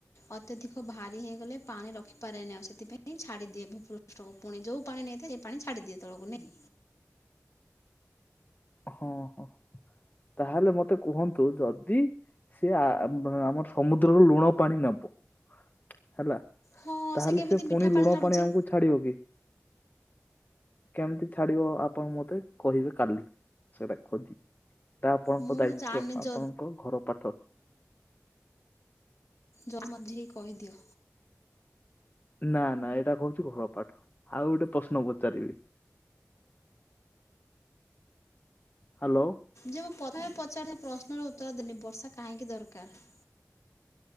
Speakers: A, on the left (about 65°); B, on the left (about 35°).
A: ଅତ୍ୟଧିକ ଭାରି ହେଇଗଲେ ପାଣି ରଖିପାରେନି ଆଉ ସେଥିପାଇଁ ଛାଡ଼ିଦିଏ ଭୂପୃଷ୍ଠକୁ ପୁଣି ଯୋଉ ପାଣି ନେଇଥାଏ ସେ ପାଣି ଛାଡ଼ିଦିଏ ତଳକୁ ନେଇ
B: <unintelligible> ହଁ ହଁ ତାହେଲେ ମତେ କୁହନ୍ତୁ ଯଦି ସେ ଆ ଆମର ସମୁଦ୍ରର ଲୁଣ ପାଣି ନେବ ହେଲା।
A: ହଁ
B: ତାହେଲେ
A: କେମିତି
B: ସେ ପୁଣି
A: ମିଠା
B: ଲୁଣ
A: ଛାଡ଼ୁଛି
B: ପାଣି ଆମକୁ ଛାଡିବ କି? କେମିତି ଛାଡିବ ଆପଣ ମତେ କହିବେ କାଲି ସେଟା ଖୋଜି। ଏଟା ଆପଣଙ୍କ
A: ମୁଁ
B: ଦାୟିତ୍ଵ
A: ତ ଜାଣିନି ଯ
B: ଆପଣଙ୍କ ଘର ପାଠ।
A: ଯ ମଝେଇ କହିଦିଅ।
B: ନା ନା ଏଇଟା କହୁଛି ଘରପଠ ଆଉ ଗୋଟେ ପ୍ରଶ୍ନ ପଚାରିବି। ହାଲୋ।
A: ଯେ ମୁଁ ପ୍ରଥମେ ପଚାରିଲି ପ୍ରଶ୍ନର ଉତ୍ତର ଦେଲି ବର୍ଷା କାହିଁକି ଦରକାର?